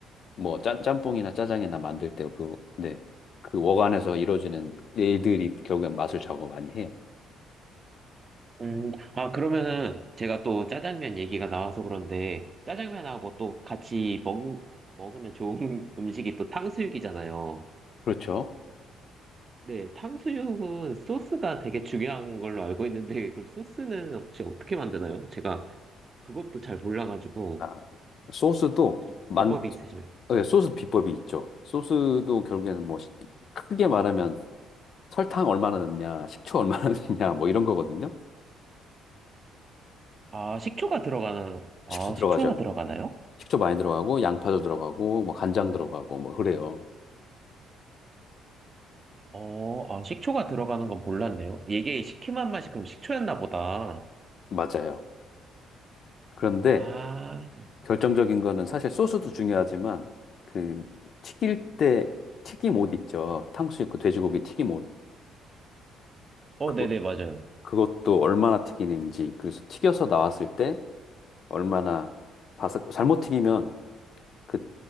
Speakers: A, on the left (about 55°); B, on the right (about 35°).
A: 뭐 짬, 짬뽕이나 짜장이나 만들 때 그, 네. 그웍 안에서 이루어지는 일들이 결국엔 맛을 좌우 많이 해요.
B: 음, 아, 그러면은 제가 또 짜장면 얘기가 나와서 그런데 짜장면하고 또 같이 먹, 먹으면 좋은 <laughs> 음식이 또 탕수육이잖아요.
A: 그렇죠.
B: 네, 탕수육은 소스가 되게 중요한 걸로 알고 있는데 그럼 소스는 혹시 어떻게 만드나요? 제가 그것도 잘 몰라가지고
A: 아, 소스도
B: 혹시
A: 만,
B: 비법이 있으시면.
A: 네, 소스 비법이 있죠. 소스도 결국에는 뭐 시- 크게 말하면 설탕 얼마나 넣냐, 식초 얼마나 <laughs> 넣냐, 뭐 이런 거거든요.
B: 아, 식초가 들어가는, 아,
A: 식초 들어가죠.
B: 식초가 들어가나요?
A: 식초 많이 들어가고, 양파도 들어가고, 뭐 간장 들어가고, 뭐 그래요.
B: 어, 아, 식초가 들어가는 건 몰랐네요. 이게 시큼한 맛이 그럼 식초였나 보다.
A: 맞아요. 그런데
B: 아,
A: 결정적인 거는 사실 소스도 중요하지만, 그 튀길 때 튀김옷 있죠. 탕수육 그 돼지고기 튀김옷.
B: 어,
A: 그거,
B: 네네, 맞아요.
A: 그것도 얼마나 튀기는지, 그래서 튀겨서 나왔을 때 얼마나 바삭, 잘못 튀기면 그